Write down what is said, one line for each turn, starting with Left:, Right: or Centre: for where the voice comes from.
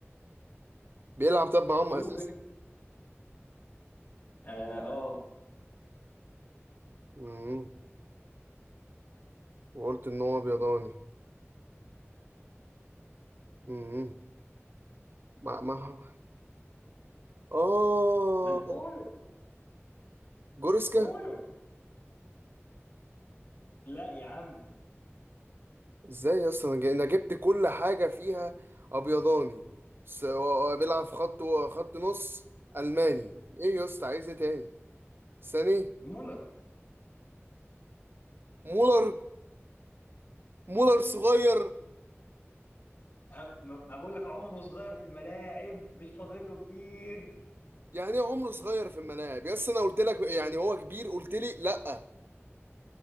Right: بيلعب طب معاهم
Left: شوف
Right: اساسي
Left: يعني اه آه.
Right: امم وقلت ان هو بيضاني امم مع مع اه
Left: ما أنت- قولوا
Right: جوريسكا
Left: قولوا لا يا عم
Right: ازاي يا اسطى انا جا- أنا جبت كل حاجه فيها ابيضاني س- و- بيلعب في خط خط نص الماني ايه يا اسطى عايز ايه تاني ساني
Left: مولر
Right: مولر مولر صغير
Left: أ- ما ما بقول لك عمره صغير في الملاعب مش فاضل له كتير
Right: يعني ايه عمره صغير في الملاعب يا اسطى انا قلت لك يعني هو كبير قلت لي لا